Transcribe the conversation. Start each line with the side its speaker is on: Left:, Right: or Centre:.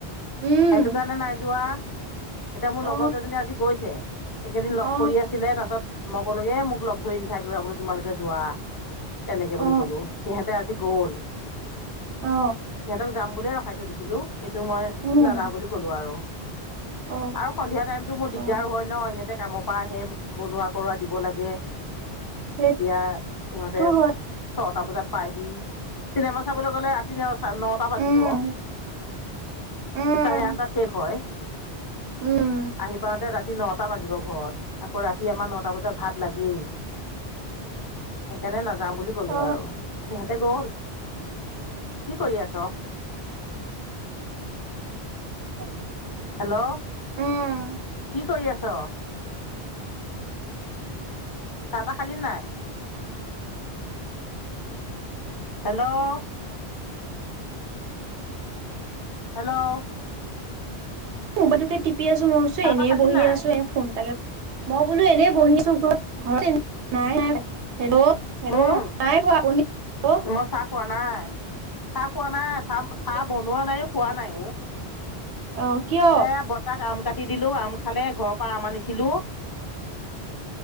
Right: উম
Left: সেইটোকাৰণে নাই যোৱা। এতিয়া মোৰ
Right: অ
Left: লগৰ কেইজনী আজি গৈছে। এইকেইদিন
Right: অ
Left: লগ কৰি আছিলে। তাৰপিছত মই ক'লোগে, মোক লগ ধৰি নাথাকিবা বোলো, তোমালোকে যোৱা, তেনেকে
Right: অ
Left: বুলি সিহঁতে আজি গ'ল।
Right: অ
Left: সিহঁতক যাম বুলিয়ে ৰখাই থৈ দিছিলোঁ। কিন্তু মই
Right: উম
Left: নাযাওঁ বুলি ক'লোঁ আৰু।
Right: অ
Left: আৰু সন্ধিয়া টাইমটো মোৰ
Right: অ
Left: দিগদাৰ হয় ন। সিহঁতে কামৰ পৰা আহে, বনোৱা-কৰোৱা দিব লাগে।
Right: সেইটো
Left: এতিয়া সিহঁতে
Right: হয়
Left: ছটা বজাত পায়হি। চিনেমা চাবলৈ গ'লে চিনেমা চাই নটা বাজিব।
Right: উম উম
Left: চাৰে আঠটাত শেষ হয়।
Right: উম
Left: আহি পাওঁতে ৰাতি ৰাতি নটা বাজিব ঘৰত। আকৌ ৰাতি আমাৰ নটা বজাত ভাত লাগেই। সেইকাৰণে নাযাওঁ বুলি ক'লোঁ
Right: অ
Left: আৰু, সিহঁতে গ'ল। কি কৰি আছ?
Right: <unintelligible>
Left: হেল্ল',
Right: উম
Left: কি কৰি আছ? চাহ-তাহ খালী নে নাই? হেল্ল', হেল্ল',
Right: ম'বাইলটোকে টিপি আছোঁ। মই ভাবিছোঁ,
Left: চাহ
Right: এনেই
Left: তাহ খালি
Right: বহি
Left: নাই
Right: আছো এ, ফোন এটাকে কৰোঁ। মই বোলো এনেই বহি নোখোৱাও দেই ঘৰত। নাই, নাই হেল্ল' হেল্ল',
Left: উম,
Right: নাই পোৱা শুনি আকৌ।
Left: মই চাহ খোৱা নাই, চাহ খোৱা নাই। চাহ-চাহ
Right: অ
Left: বনোৱা নাই, খোৱা নাই।
Right: অ', কিয়
Left: এ, বৰ্তাক আম কাটি দিলোঁ। আম খালে, ঘৰৰ পৰা আম আনিছিলোঁ।